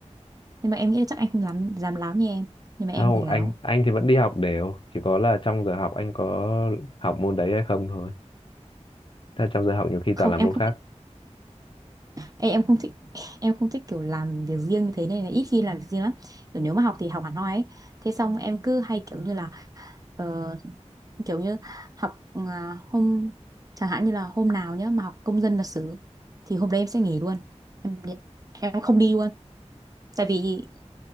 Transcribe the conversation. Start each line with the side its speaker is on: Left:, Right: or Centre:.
Right: nhưng mà em nghĩ là chắc anh không dám dám láo như em nhưng mà
Left: không
Right: em thì láo
Left: anh anh thì vẫn đi học đều chỉ có là trong giờ học anh có học môn đấy hay không thôi Thế là trong giờ học nhiều khi
Right: không
Left: toàn là
Right: em
Left: môn
Right: không
Left: khác
Right: Ê, em không thích em không thích kiểu làm việc riêng như thế nên là ít khi làm việc riêng lắm kiểu nếu mà học thì học hẳn hoi ấy thế xong em cứ hay kiểu như là ờ, kiểu như học à, hôm chẳng hạn như là hôm nào nhá mà học công dân lịch sử thì hôm đấy em sẽ nghỉ luôn em đi- em không đi luôn tại vì